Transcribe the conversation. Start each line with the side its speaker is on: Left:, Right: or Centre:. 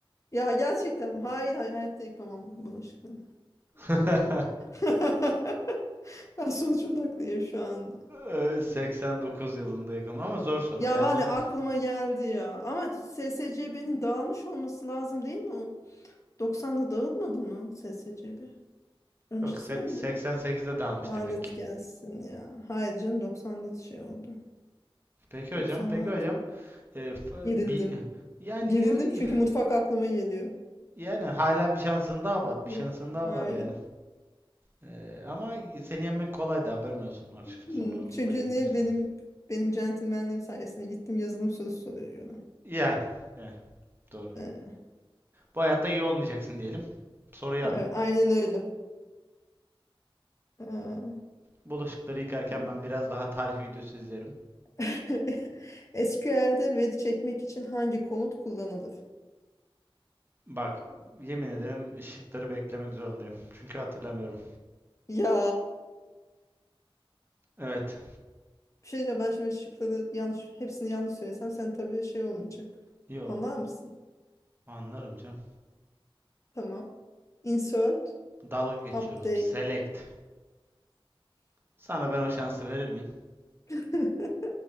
Left: Ya gerçekten. Hayır hayır. Hayatta yıkamam bulaşıkları.
Right: <laughs>
Left: <laughs> Ben sonuç odaklıyım şu anda.
Right: Ee, 89 yılında yıkılmış ama zor soru.
Left: Ya
Right: Yani
Left: var
Right: no-
Left: ya aklıma geldi ya. Ama SSCB'nin dağılmış olması lazım değil mi o? 90'da dağılmadı mı SSCB? Öncesinde
Right: Yok se-
Left: mi?
Right: 88'de
Left: yedin?
Right: dalmış
Left: Lanet
Right: demek ki.
Left: gelsin ya. Hayır canım 90'da şey oldu.
Right: Peki hocam,
Left: 96.
Right: peki hocam. Ee, f-
Left: Gerildim.
Right: bir, yani
Left: Gerildim
Right: yo-
Left: çünkü mutfak aklıma geliyor.
Right: yani hala bir şansın daha var. Bir
Left: Evet.
Right: şansın daha
Left: Aynen.
Right: var yani. Ee, ama seni yenmek kolay da haberin olsun açıkçası
Left: Hmm,
Right: onu
Left: Çünkü
Right: belirtmek
Left: niye
Right: istiyorum.
Left: benim benim centilmenliğim sayesinde gittim yazılım sorusu soruyorum.
Right: Yani, yani doğru.
Left: Ee,
Right: Bu hayatta iyi olmayacaksın diyelim. Soruyu
Left: e,
Right: alayım.
Left: aynen öyle. Ee,
Right: Bulaşıkları yıkarken
Left: tamam.
Right: ben biraz daha tarih videosu izlerim.
Left: <laughs> SQL'de veri çekmek için hangi komut kullanılır?
Right: Bak, yemin ederim şıkları beklemek zorundayım. Çünkü hatırlamıyorum.
Left: Ya
Right: Evet.
Left: bir şey diyeceğim ben şimdi şıkları yanlış hepsini yanlış söylesem sen tabii şey olmayacak.
Right: Yo,
Left: Anlar mısın?
Right: anlarım canım.
Left: Tamam. Insert,
Right: Dalga geçiyorum.
Left: update.
Right: Select. Sana ben o şansı verir miyim?
Left: <laughs>